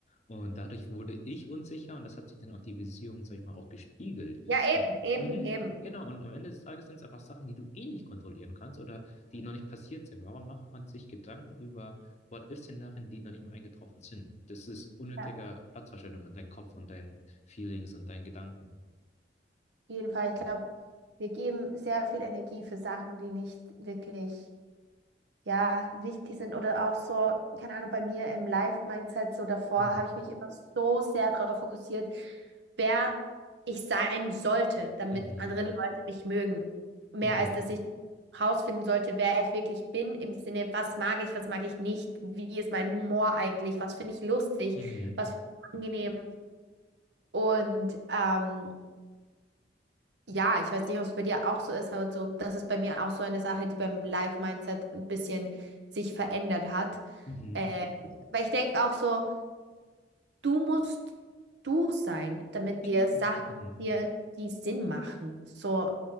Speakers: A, on the left; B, on the right.
A: Und dadurch wurde ich unsicher und das hat sich dann auch die Beziehung, sag ich mal, auch gespiegelt.
B: Ja,
A: Und
B: eben, eben,
A: mhm,
B: eben.
A: genau, und am Ende des Tages sind es einfach Sachen, die du eh nicht kontrollieren kannst oder die noch nicht passiert sind. Warum macht man sich Gedanken über What-if-Szenarien, die noch nicht mal eingetroffen sind? Das ist unnötiger
B: Ja, auf
A: Platzverschwendung in deinem Kopf und deinen Feelings und deinen Gedanken.
B: jeden Fall. Ich glaube, wir geben sehr viel Energie für Sachen, die nicht wirklich, ja, wichtig sind. Oder auch so, keine Ahnung, bei mir im Life-Mindset, so davor
A: Mhm.
B: habe ich mich immer so sehr darauf fokussiert, wer ich sein sollte, damit
A: Mhm.
B: andere Leute mich mögen. Mehr
A: Mhm.
B: als dass ich rausfinden sollte, wer ich wirklich bin, im Sinne, was mag ich, was mag ich nicht, wie ist mein Humor eigentlich, was finde ich lustig,
A: Mhm.
B: was finde ich angenehm. Und ähm, ja, ich weiß nicht, ob es bei dir auch so ist, aber so, das ist bei mir auch so eine Sache, die beim Life-Mindset ein bisschen sich verändert hat.
A: Mhm. Mhm.
B: Äh, weil ich denke auch so, du musst du sein, damit
A: Genau.
B: dir Sachen
A: Mhm.
B: dir die Sinn machen. So,